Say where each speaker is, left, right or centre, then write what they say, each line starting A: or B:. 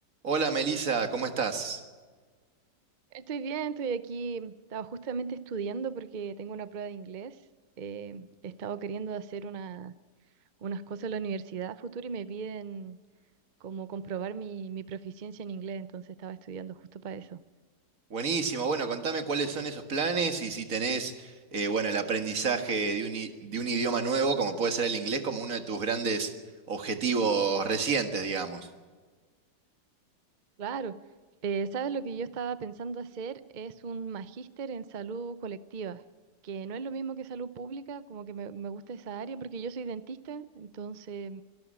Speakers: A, on the right; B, on the right.
A: Hola Melissa, ¿cómo estás?
B: Estoy bien, estoy aquí. Estaba justamente estudiando porque tengo una prueba de inglés. eh, he estado queriendo hacer una- unas cosas en la universidad a futuro y me piden como comprobar mi, mi proficiencia en inglés, entonces estaba estudiando justo para eso.
A: Buenísimo, bueno, contame cuáles son esos planes y si tenés, eh, bueno, el aprendizaje de un, i- de un idioma nuevo, como puede ser el inglés, como uno de tus grandes objetivos recientes, digamos.
B: Claro, eh, ¿sabes lo que yo estaba pensando hacer? Es un magíster en salud colectiva, que no es lo mismo que salud pública, como que me, me gusta esa área porque yo soy dentista, entonces